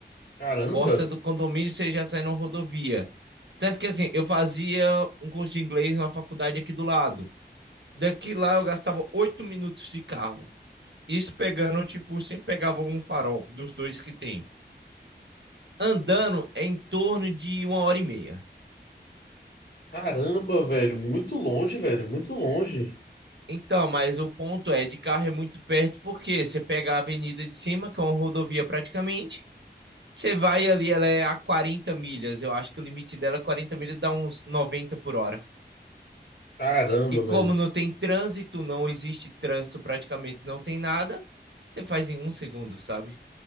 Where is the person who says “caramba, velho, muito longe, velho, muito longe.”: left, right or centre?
Left